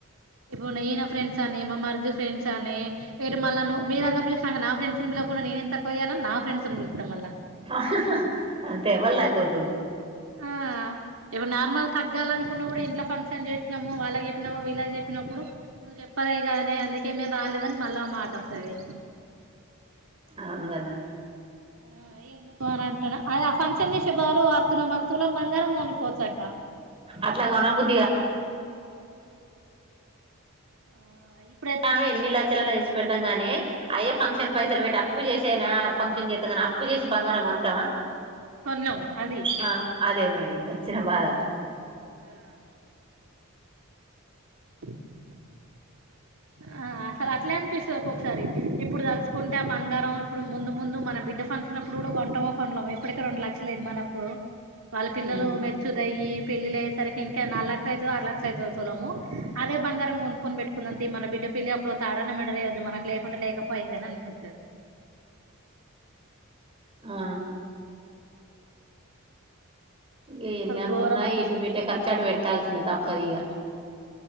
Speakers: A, on the right; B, on the right.
A: ఇప్పుడు ఈయన ఫ్రెండ్స్ అని మా మరిది ఫ్రెండ్స్ అని ఇటు మళ్ళ ను మీరుందరూ పిలిచినాక నా ఫెండ్స్ ని పిలవక నేనేమ్ తక్కువ జేయాలని నా ఫ్రెండ్స్ని పిలత్త మల్ల
B: ఆహ్ హ్ హ అంతే ఎవలు తగోద్దు
A: ఆ ఇప్పుడు నార్మల్ తగ్గాలనుకున్నా కూడా ఇట్లో ఫంక్షన్ చేసినాము వాళ్ళగి చె చెప్పినవ ఇలా చెప్పినప్పుడు నువ్వు చెప్పలే గాదె అందుకే మేం రాలేదని మళ్ళా ఓ మాట వత్తది
B: అవును కదా
A: ఆ ఎందుకు అని అంటున్నా అదే ఆ ఫంక్షన్ చేసే బదులు అరతులం తులం బంగారం కొనుక్కోవచ్చక్క
B: అట్లా గొనబుద్ధిగా
A: ఆ అయి <unintelligible>
B: మనం ఎన్ని లక్షలు అన్న తెచి పెడతాంగానీ అయే ఫంక్షన్ పైసలు పెట్టీ అప్పు చేసైనా ఫంక్షన్ చేస్తామ్ కానీ అప్పు చేసి బంగారం కొంటమా
A: కొనలేము అది
B: ఆ అదే మరి వచ్చిన బాధ
A: ఆ <unintelligible> ఆ అసలు అట్లే అనిపిస్తు ఒక్కొక్కసారి ఇప్పుడు తలుసుకుంటే ఆ బంగారం ఇప్పుడు ముందు ముందు మన బిడ్డ ఫంక్షన్ అప్పుడు కూడా కొంటమొ కొనమో ఇప్పటికే రెండు లక్షలుంది మనప్పుడు వాళ్ళ పిల్లలు
B: ఉమ్
A: మెచ్చురయ్యి పెళ్లిళ్లు అయ్యే సరికి ఇంకా నాలుగు లక్షలుఅయితదో ఆరు లక్షలు అయితదో తులము అదే బంగారం కొనుక్కొని పెట్టు నంత మనబిడ్డ పెళ్లి అప్పుడు ఓ తాడన్న మెడలో వేయద్ద మనకు లేకుంటే లేకపోయే కదా అని పి
B: ఆ ఇగ
A: అసలు
B: ఎన్ని అనుకున్నా
A: ఘోరం అక్క
B: ఎటు
A: అసలు
B: పెట్టే ఖర్చు అటు పెట్టాల్సిందే తప్పదు ఇగ